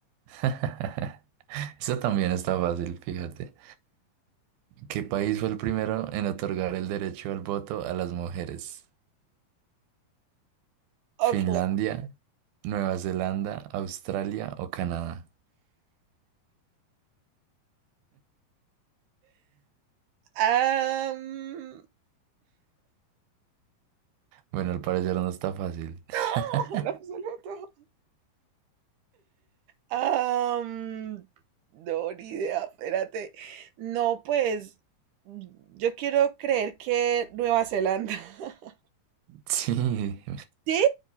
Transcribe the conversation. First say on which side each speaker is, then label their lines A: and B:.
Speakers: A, on the right; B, on the right.
A: <laughs> Eso también está fácil, fíjate. ¿Qué país fue el primero en otorgar el derecho al voto a las mujeres?
B: Ok,
A: ¿Finlandia, Nueva Zelanda, Australia o Canadá?
B: am,
A: Bueno, al parecer no está fácil.
B: oh,
A: <laughs>
B: ojalá absoluto. Am, no, ni idea, espérate. No, pues yo quiero creer que Nueva Zelanda. <laughs>
A: Sí,
B: ¿Sí?